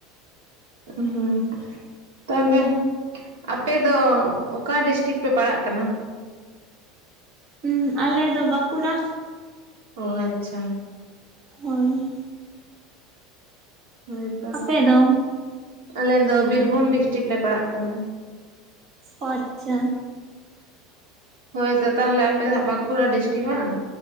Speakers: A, on the right; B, on the right.
A: ᱩᱦᱩᱸ᱾ ᱛᱟᱦᱚᱞᱮ ᱟᱯᱮ ᱫᱚ ᱚᱠᱟ ᱰᱤᱥᱴᱤᱠ ᱯᱮ ᱯᱟᱲᱟᱜ ᱠᱟᱱᱟ?
B: ᱦᱩᱸ ᱟᱞᱮ ᱫᱚ ᱵᱟᱸᱠᱩᱲᱟ᱾
A: ᱚ ᱟᱪᱪᱷᱟ᱾
B: ᱦᱳᱭ᱾
A: ᱦᱳᱭᱛᱚ
B: ᱟᱯᱮ ᱫᱚ
A: ᱟᱞᱮ ᱫᱚ ᱵᱤᱨᱵᱷᱩᱢ ᱰᱤᱥᱴᱤᱠ ᱞᱮ ᱯᱟᱲᱟᱜ ᱠᱟᱱᱟ᱾
B: ᱚ ᱟᱪᱪᱷᱟ᱾
A: ᱦᱳᱭᱛᱚ ᱛᱟᱦᱚᱞᱮ ᱟᱯᱮ ᱫᱚ ᱦᱟᱸᱜ ᱵᱟᱸᱠᱩᱲᱟ ᱰᱤᱥᱴᱤᱠ ᱵᱟᱝ?